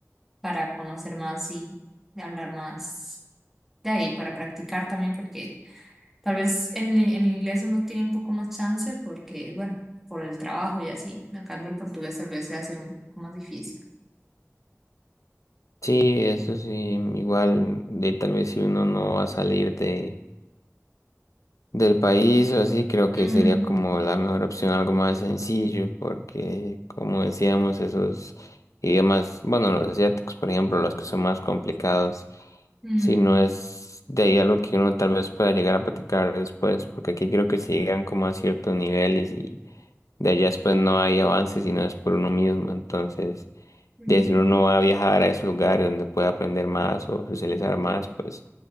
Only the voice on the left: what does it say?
Sí, eso sí, igual de tal vez si uno no va a salir de del país o así, creo que
sería como la mejor opción, algo más sencillo, porque como decíamos, esos idiomas, bueno, los asiáticos, por ejemplo, los que son más complicados
si no es de ahí algo que uno tal vez pueda llegar a platicar después, porque aquí creo que se llegan como a ciertos niveles y de allá después no hay avances si no es por uno mismo. Entonces,
de si uno va a viajar a esos lugares donde puede aprender más o socializar más, pues